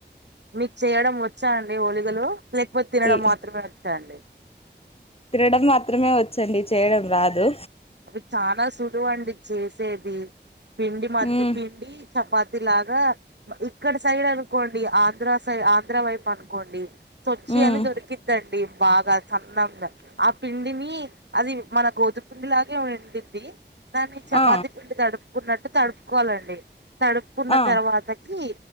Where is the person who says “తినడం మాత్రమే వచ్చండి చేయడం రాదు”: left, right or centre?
Left